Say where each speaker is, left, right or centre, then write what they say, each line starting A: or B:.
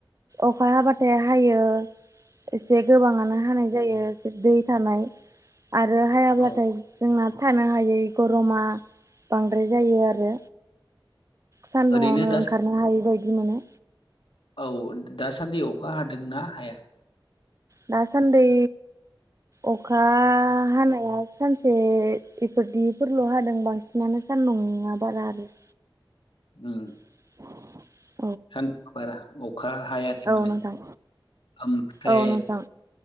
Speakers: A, on the right; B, on the left.
A: अखा हाबाथाय हायो एसे गोबाङानो हानाय जायो दै थानाय आरो हायाब्लाथाय
B: औ
A: जोंना थानो हायै गरमा बांद्राय जायो आरो सानदुङावनो
B: ओरैनो दा
A: ओंखारनो हायि बायदि मोनो
B: औ दासानदि अखा हादोंना हाया
A: दासानदै अखा हानाया सानसे इफोरदिफोरल' हादों बांसिन माने सानदुङा बारा आरो
B: ओम
A: <inaudible>
B: सानदुं बारा अखा हायाखै
A: औ
B: माने
A: नोंथां
B: ओमफ्राय
A: औ नोंथां